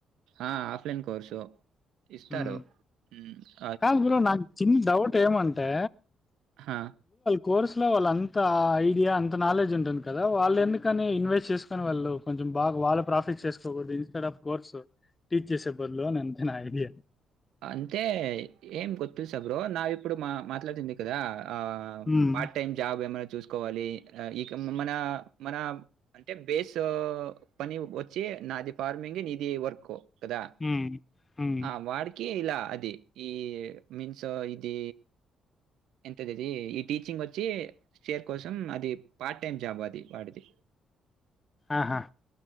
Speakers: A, on the right; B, on the left.
A: ఆ ఆఫ్లైన్ కోర్సు ఇస్తారు
B: ఉమ్.
A: ఊహు
B: కాదు బ్రో నాకు చిన్న డౌట్ ఏమంటే
A: ఆ!
B: కోర్స్ లో వాళ్ళంతా ఐ ఐడియా అంత నాలెడ్జ్ ఉంటుంది కదా వాళ్ళు ఎందుకని ఇన్వెస్ట్ చేసుకని వాళ్ళు కొంచెం బాగా వాళ్ళ ప్రాఫిట్ చేసుకోకూదు ఇన్స్టడ్ ఆఫ్ కోర్స్ టీచ్ చేసే బదులు అని అంతేనా ఐడియా
A: అంతే ఏం గోత్తూ సా బ్రో నావి ఇప్పుడు మా మాట్లాడుతుంది కదా ఆ
B: ఉమ్,
A: పార్ట్ టైమ్ జాబ్ ఏమైనా చూసుకోవాలి. ఇక మన మన అంటే బేస్ పని వచ్చి నాది ఫార్మింగ్ నీది వర్క్ కదా!
B: హు హు
A: ఆ! వాడికి ఇలా అది ఈ మీన్స్ ఇది ఎంతది ఇది ఈ టీచింగ్ వచ్చి షేర్ కోసం అది పార్ట్ టైమ్ జాబ్ అది వాడిది.
B: ఆహా